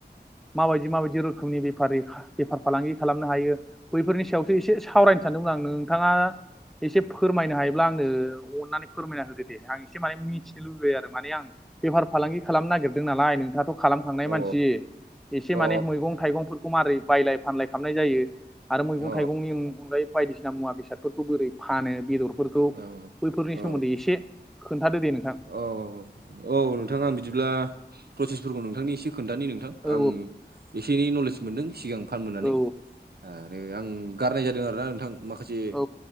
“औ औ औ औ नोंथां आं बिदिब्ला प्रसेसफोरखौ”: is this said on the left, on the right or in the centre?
Right